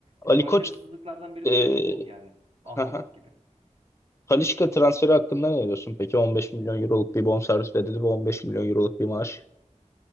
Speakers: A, on the right (about 50°); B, on the left (about 20°).
A: E,
B: Ali
A: başarısızlıklardan
B: Koç
A: biri
B: e,
A: de tabii bu yani. Ah
B: aha.
A: almak gibi.
B: Talisca transferi hakkında ne diyorsun peki? 15 milyon euroluk bir bonservis bedeli ve 15 milyon euroluk bir maaş.